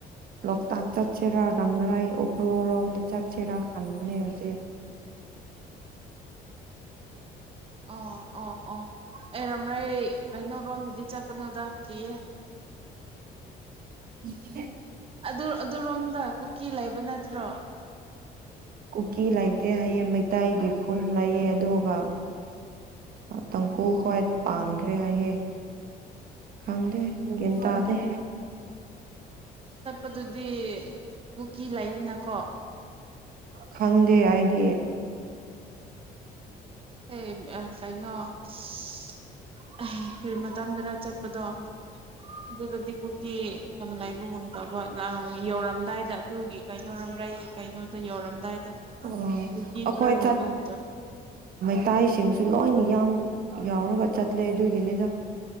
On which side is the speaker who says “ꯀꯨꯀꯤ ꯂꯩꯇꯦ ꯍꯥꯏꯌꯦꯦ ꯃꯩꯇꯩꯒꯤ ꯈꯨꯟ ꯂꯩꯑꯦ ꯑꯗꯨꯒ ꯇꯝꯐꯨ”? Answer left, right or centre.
Right